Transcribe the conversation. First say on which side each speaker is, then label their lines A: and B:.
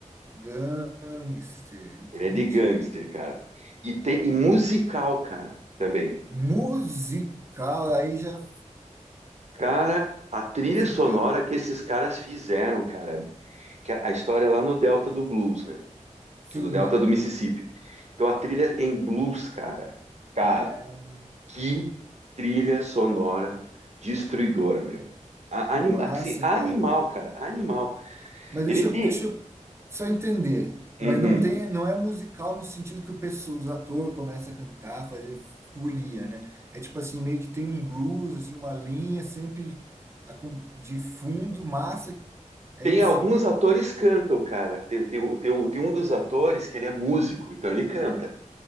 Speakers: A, on the right; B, on the right.
A: Gangster, entendi,
B: Ele é de gangster,
A: cara.
B: cara. E tem e musical, cara, também.
A: Musical, aí já
B: Cara, a trilha
A: fica,
B: sonora que esses caras fizeram, cara, que a, a história é lá no Delta do Blues, né?
A: sim.
B: É No Delta do Mississippi. Então a trilha em blues, cara. Cara,
A: Ah,
B: que trilha sonora destruidora, meu. A,
A: que
B: anim-
A: massa,
B: assim, animal,
A: cara.
B: cara, animal.
A: Mas
B: Ele
A: deixa
B: tem,
A: eu, deixa eu só entender. Mas
B: Uhum.
A: não tem, não é musical no sentido que o pessoal, os atores começam a cantar, fazer folia, né? É tipo assim, meio que tem um blues, assim, uma linha sempre acom- de fundo, massa. É
B: Tem
A: isso?
B: alguns atores que cantam, cara. Tem, tem, o- tem, um- tem um dos atores que ele é músico, então ele canta.